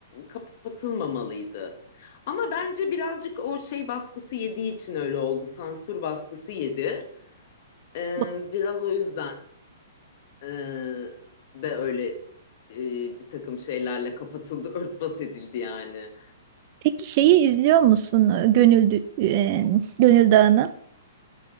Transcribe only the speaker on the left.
kapatılmamalıydı. Ama bence birazcık o şey baskısı yediği için öyle oldu. Sansür baskısı yedi. E,
biraz o yüzden e, de öyle e, bir takım şeylerle kapatıldı, örtbas edildi yani.